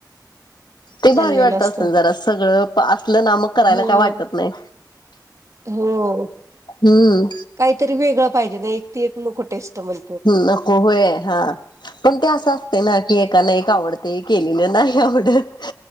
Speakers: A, on the left; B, on the right.
A: ते
B: चाललेलं
A: भारी वाटत
B: असत
A: असेल जरा सगळं असलं ना मग करायला
B: हो.
A: काय वाटत नाही
B: हो
A: हम्म
B: काहीतरी वेगळ पाहिजे ना एक ते एक नको टेस्ट म्हण.
A: मुलं कोवळी आहे हा पन ते असं असतय ना की एक एकाला एक आवडते केलेलं नाही आवडत.